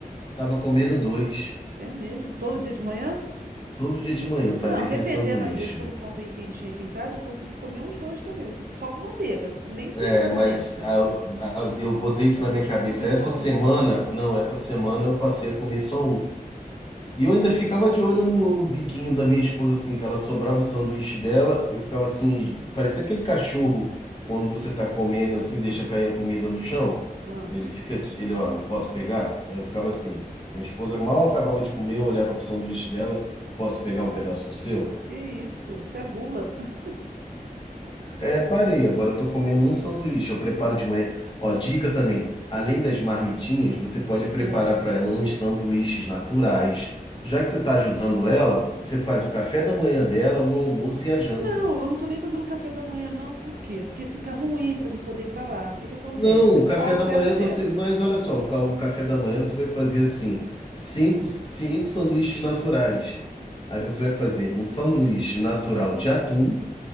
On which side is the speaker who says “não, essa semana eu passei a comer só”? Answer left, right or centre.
Left